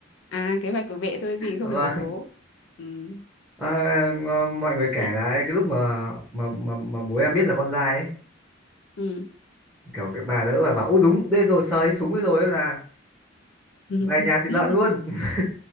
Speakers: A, on the left; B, in the centre.
A: à kế hoạch của mẹ thôi gì không
B: và
A: phải của bố. Ừ.
B: à, ngờ- mọi người kể
A: Thế.
B: là cái lúc mà mà mà, mà bố em biết là con trai ấy
A: Ừ.
B: kiểu cái bà đỡ bà bảo ôi đúng đây rồi sờ thấy súng ấy rồi là
A: <laughs>
B: về nhà thịt lợn luôn <laughs>